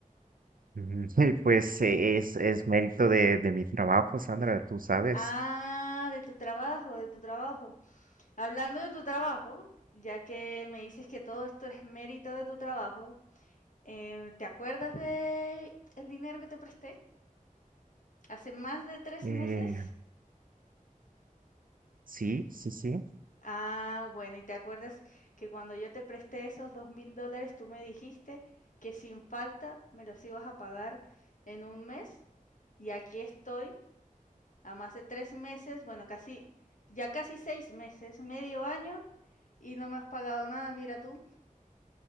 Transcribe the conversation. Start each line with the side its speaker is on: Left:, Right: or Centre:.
Right: Ujú. <laughs> Y pues eh, es, es mérito de, de mi trabajo, Sandra, tú sabes.
Left: Ah, de tu trabajo, de tu trabajo. Hablando de tu trabajo, ya que me dices que todo esto es mérito de tu trabajo, eh, ¿te acuerdas de el dinero que te presté? Hace más de tres
Right: Eh,
Left: meses.
Right: sí, sí, sí.
Left: Ah, bueno, y te acuerdas que cuando yo te presté esos dos mil dólares, tú me dijiste que sin falta me los ibas a pagar en un mes, y aquí estoy a más de tres meses, bueno, casi, ya casi seis meses, medio año, y no me has pagado nada, mira tú.